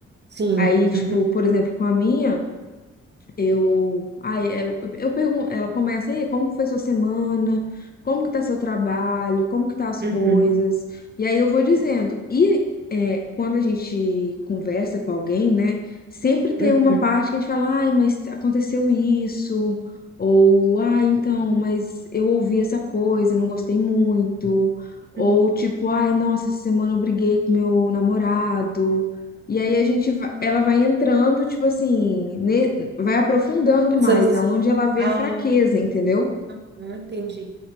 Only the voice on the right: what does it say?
Sim.
Uhum.
Uhum.
Uhum.
Uhum.
Essas.
Ah.
Ah, entendi.